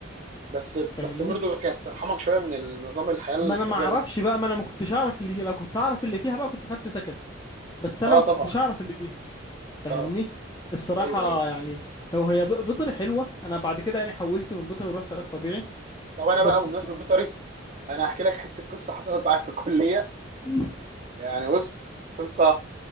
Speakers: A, on the right; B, on the left.
A: بس
B: فاهمني
A: بس برضه كانت ترحمك شويه من النظام الحياه الفظيع
B: ما انا ما اعرفش
A: ده
B: بقى ما انا ما كنتش اعرف اللي لو كنت اعرف اللي فيها بقى كنت خدت سكن بس انا
A: اه
B: ما
A: طبعا
B: كنتش اعرف اللي فيها فاهمني
A: اه
B: الصراحه
A: ايوه ايوه
B: يعني هو هي ب- بيطري حلوه انا بعد كده يعني حولت من بيطري ورحت علاج طبيعي
A: طب انا
B: بس
A: بقى بمناسبه
B: الصراحه
A: بيطري انا هحكي لك حته قصه حصلت معايا في الكليه
B: <laughs>
A: يعني بص قصه